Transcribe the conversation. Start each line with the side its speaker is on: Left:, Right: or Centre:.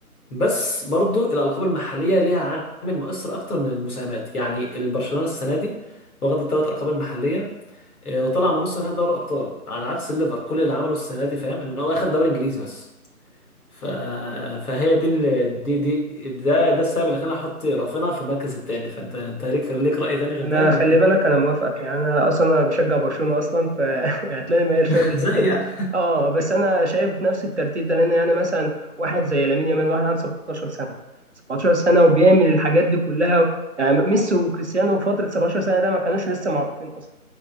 Left: بس برضو الألقاب المحلية ليها عامل مؤثر أكتر من المساهمات يعني البرشلونة السنة دي واخد الثلاث ألقاب المحلية آه، وطلع من نص نهائي دوري أبطال على عكس الليفر كل اللي عمله السنة دي فاهم إن هو أخد دوري إنجليزي بس ف... فهي دي ال... دي دي ده ده السبب اللي خلاني احط رافينا في المركز الثاني فانت انت ليك ليك راي تاني غير
Right: انا
Left: ده ولا
Right: خلي بالك انا موافقك يعني انا اصلا انا بشجع برشلونه اصلا فهتلاقيني <laughs> ميال شويه
Left: <laughs>
Right: للحته
Left: زي يعني
Right: دي اه بس انا شايف نفس الترتيب ده لان يعني مثلا واحد زي لامين يامال واحد عنده 17 سنه 17 سنه وبيعمل الحاجات دي كلها يعني ميسي وكريستيانو في فتره 17 سنه ده ما كانوش لسه معروفين اصلا